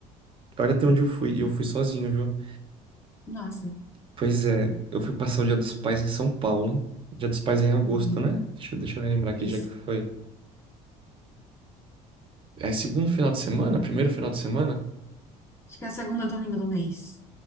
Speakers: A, on the right; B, on the left.
A: Olha até onde eu fui. E eu fui sozinho, viu?
B: Nossa.
A: Pois é, eu fui passar o Dia dos Pais em São Paulo. Dia dos Pais é em agosto,
B: Uhum.
A: né? Deixa, eu- deixa eu relembrar aqui
B: Isso.
A: já que foi. É segundo final de semana? Primeiro final de semana?
B: Acho que é o segundo domingo do mês.